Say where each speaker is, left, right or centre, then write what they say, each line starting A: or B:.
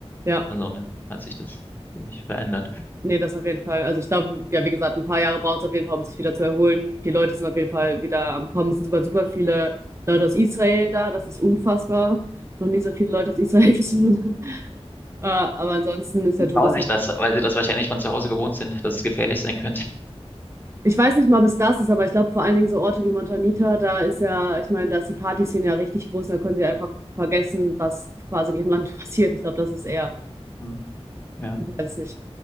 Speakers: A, on the right; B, on the left.
A: ja.
B: Also dann hat sich das ziemlich verändert.
A: Nee, das auf jeden Fall. Also ich glaube, ja, wie gesagt, ein paar Jahre braucht es auf jeden Fall, um sich wieder zu erholen. Die Leute sind auf jeden Fall wieder am Kommen. Es sind sogar super viele Leute aus Israel da. Das ist unfassbar. Noch nie so viele Leute aus Israel gesehen. <laughs> Äh, aber ansonsten ist der
B: Die
A: Tourismus.
B: trauen sich das, weil sie das wahrscheinlich von zu Hause gewohnt sind, dass es gefährlich sein könnte.
A: Ich weiß nicht mal, bis das ist, aber ich glaube vor allen Dingen so Orte wie Montanita, da ist ja, ich meine, da ist die Partyszene ja richtig groß und da können sie einfach vergessen, was quasi in ihrem Land <laughs> passiert. Ich glaube, das ist eher,
B: Hm. Ja.
A: ich weiß nicht.